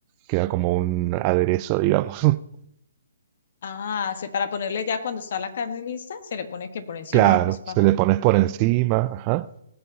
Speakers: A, on the right (about 30°); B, on the left (about 50°).
A: Queda como un aderezo, digamos. <laughs>
B: Ah, se- para ponerle ya cuando está la carne lista, se le pone que por encima,
A: Claro,
B: pues para
A: se le pones por encima, ajá,